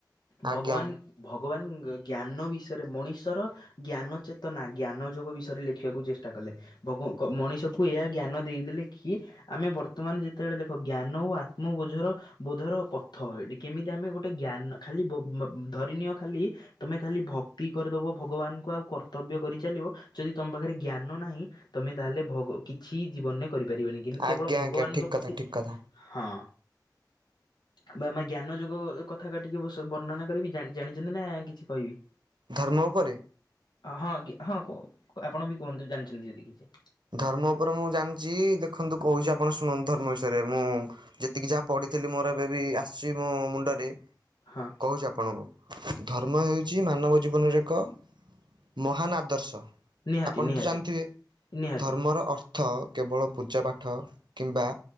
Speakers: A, on the left; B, on the right.
A: ଭଗବାନ୍
B: ଆଜ୍ଞା
A: ଭଗବାନ ଜ୍ଞାନ ବିଷୟରେ, ମଣିଷର ଜ୍ଞାନ ଚେତନା, ଜ୍ଞାନ ଯୋଗ ବିଷୟରେ ଲେଖ୍ ଖିଆକୁ ଚେଷ୍ଟା କଲେ, ବଗଙ୍କ୍ ମଣିଷକୁ ଏଇଆ ଜ୍ଞାନ ଦେଇଦେଲେ କିଏ ଆମେ ବର୍ତ୍ତମାନ ଯେତେବେଳେ ଦେଖ ଜ୍ଞାନ ଓ ଆତ୍ମବୋଝର ବୋଧର ପଥ, ଏଟି କେମିତି ଆମେ ଗୋଟେ ଜ୍ଞାନ ଖାଲି ବ-ବ ଧରିନିଅ ଖାଲି ତମେ ଖାଲି ଭକ୍ତି କରିଦବ, ଭଗବାନଙ୍କୁ ଆଉ କର୍ତ୍ତବ୍ୟ କରିଚାଲିବ, ଯଦି ତମ ପାଖରେ ଜ୍ଞାନ ନାହିଁ ତମେ ତାହେଲେ ଭଗ କିଛି ଜୀବନରେ କରିପାରିବନି କିନ୍ତୁ କେବଳ
B: ଆଜ୍ଞା
A: ଭଗବାନଙ୍କ
B: ଆଜ୍ଞା ଠିକ କଥା
A: ପ୍ରତି
B: ଠିକ କଥା
A: ହଁ।
B: <unintelligible>
A: ଆମେ ଆମ ଜ୍ଞାନ ଯୋଗୁଁ କଥା କାଟିକି ବସ୍ ବର୍ଣ୍ଣନା କରିବି ଜାଣିଛନ୍ତି ନା କିଛି କହିବି?
B: ଧର୍ମ ଉପରେ
A: ହଁ କି, ହଁ କୁହ ଆପଣ ବି କୁହନ୍ତୁ ଜାଣିଛନ୍ତି ଯଦି କିଛି?
B: ଧର୍ମ ଉପରେ ମୁଁ ଜାଣିଛି ଦେଖନ୍ତୁ କହୁଛି ଆପଣ ଶୁଣନ୍ତୁ ଧର୍ମ ବିଷୟରେ ମୁଁ ଯେତିକି ଯାହା ପଢିଥିଲି ମୋର ଏବେ ବି ଆସିଛି ମୋ ମୁଣ୍ଡରେ
A: ହଁ।
B: କହୁଛି ଆପଣଙ୍କୁ ଧର୍ମ ହେଉଛି ମାନବ ଜୀବନରେ ଏକ ମହାନ ଆଦର୍ଶ,
A: ନିହାତି
B: ଆପଣ
A: ନିହାତି
B: ତ ଜାଣିଥିବେ?
A: ନିହାତି
B: ଧର୍ମର ଅର୍ଥ କେବଳ ପୂଜା ପାଠ କିମ୍ବା